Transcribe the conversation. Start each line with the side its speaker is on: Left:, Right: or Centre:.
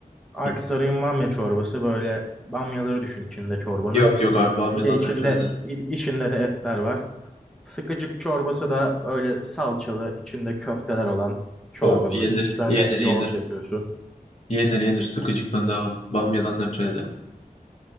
Centre: Aksaray'ın
Left: Yani
Centre: bamya çorbası böyle bamyaları düşün içinde çorbanın.
Left: Yok yok abi bamyadan
Centre: Bir de içinde
Left: nefret ederim.
Centre: içinde de etler var. Sıkıcık çorbası da böyle salçalı içinde köfteler olan çorba
Left: O yenir
Centre: böyle. Üstüne
Left: yenir
Centre: de yoğurt
Left: yenir.
Centre: yapıyorsun.
Left: Yenir yenir sıkıcıktan devam. Bamyadan nefret ederim.